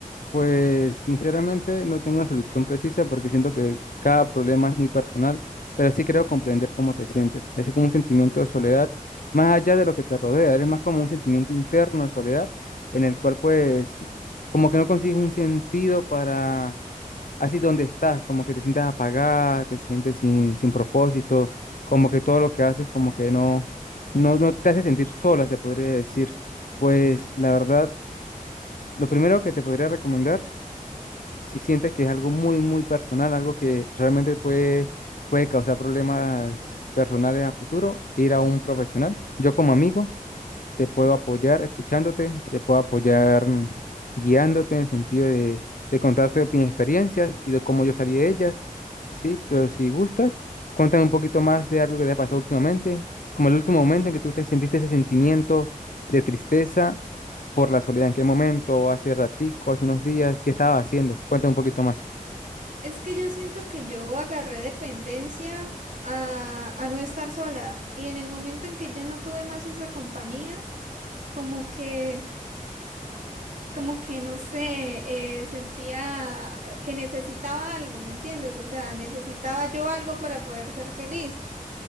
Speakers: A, on the left; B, on the right.
A: Pues sinceramente no tengo una solución precisa porque siento que cada problema es muy personal, pero sí creo comprender cómo te sientes. Es como un sentimiento de soledad, más allá de lo que te rodea, es más como un sentimiento interno de soledad en el cual pues como que no consigues un sentido para así donde estás, como que te sientas apagada, te sientes sin, sin propósito, como que todo lo que haces como que no, no, no te hace sentir sola, se podría decir. Pues la verdad, lo primero que te podría recomendar, si sientes que es algo muy, muy personal, algo que realmente puede, puede causar problemas personales a futuro, ir a un profesional. Yo como amigo te puedo apoyar escuchándote, te puedo apoyar mm, guiándote en el sentido de, de contarte mis experiencias y de cómo yo salí de ellas. Sí, pero si gustas, cuéntame un poquito más de algo que te ha pasado últimamente, como el último momento en que tú te sentiste ese sentimiento de tristeza por la soledad. ¿En qué momento? ¿Hace ratico? ¿Hace unos días? ¿Qué estabas haciendo? Cuéntame un poquito más.
B: Es que yo siento que yo agarré dependencia a, a no estar sola y en el momento en que yo no tuve más esa compañía, como que... Como que no sé, eh, sentía que necesitaba algo, ¿me entiendes? O sea, necesitaba yo algo para poder ser feliz.